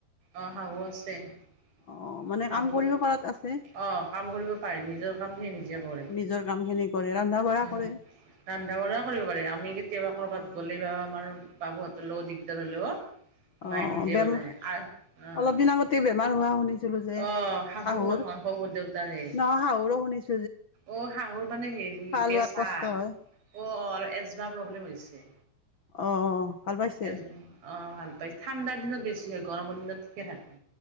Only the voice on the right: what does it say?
অ শাহু ছে শাহু
আহ,
কাম কৰিব পাৰে, নিজৰ কাম সি নিজে কৰে।
উম
ৰন্ধা-বঢ়া কৰিব পাৰে, আমি কেতিয়াবা কৰবাত
গ'লেই বা আমাৰ বাবুহঁতৰ লগত দিগদাৰ হ'লেও মায়ে
নিজে
বনাই আ অ'
অ',
নহয় শহুৰ দেউতাৰে।
অ হাহুৰ মানে হেৰি প্ৰেছাৰ,
অ অল এজবা প্ৰব্লেম হৈছে।
এজন অ ভাল ঠাণ্ডা দিনত বেছি হ গৰমৰ দিনত ঠিকে থাকে।